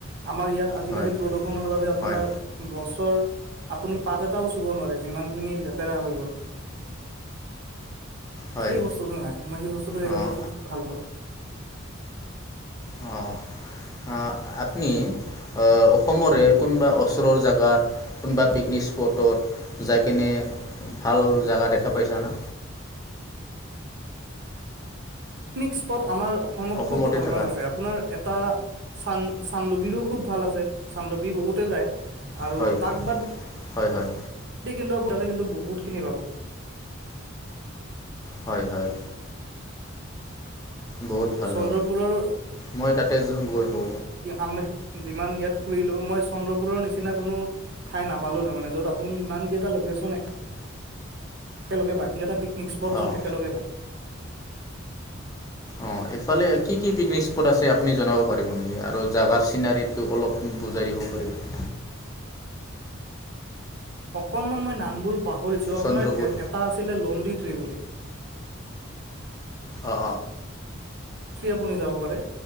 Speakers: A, on the right (about 55°); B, on the left (about 15°).
A: আমাৰ ইয়াত আজিকালি
B: হয়
A: প্ৰদূষণৰ বাবে আপোনাৰ
B: হয়
A: গছ আপুনি পাত এটাও চুব নোৱাৰে যিমানখিনি লেতেৰা হৈ গ'ল।
B: হয়
A: সেই বস্তুটো নাই, মই সেই বস্তুটো সেইবাবে
B: অ'
A: খুব ভাল পাওঁ।
B: অ', অ ', আপনি অসমৰে কোনোবা ওচৰৰ জাগাত কোনোবা পিকনিক স্পটত যাই কিনে ভাল জেগা দেখা পাইছা না?
A: পিকনিক স্পট আমাৰ অসমত
B: অসমতে
A: খুব ভাল
B: থাকা
A: ভাল আছে। আপোনাৰ এটা চান চান্দুবিৰো খুব ভাল আছে। চান্দুবীৰ বহুতে যায়। আৰু
B: হয়
A: তাক বাদ
B: হয়, হয়।
A: কিন্তু আপোনালে কিন্তু বহুত খিনি পাব।
B: হয়, হয়। বহুত ভাল
A: চন্দ্ৰপুৰৰ
B: জা মই তাতে গৈ পো
A: আমি যিমান ইয়াত ঘুৰিলো মই চন্দ্ৰপুৰৰ নিচিনা কোনো ঠাই নাপালো তাৰমানে য'ত আ আপুনি ইমান কেইটা লোকেচন একেলগে পায় <unintelligible> পিকনিক স্পট য'ত
B: অঁ
A: একেলগে পায়
B: অ ইফালে কি কি পিকনিক আছে আপুনি জনাব পাৰিব নেকি? আৰু জাগাৰ চিনাৰীটো অলপ বুজাই দিব পাৰিব?
A: অকনমান মই নামবোৰ পাহৰিছো আপোনাৰ
B: চন্দ্ৰপুৰ
A: এ এটা আছিলে লনডি বুলি <inaudible>
B: অ।
A: আপুনি যাব পাৰে,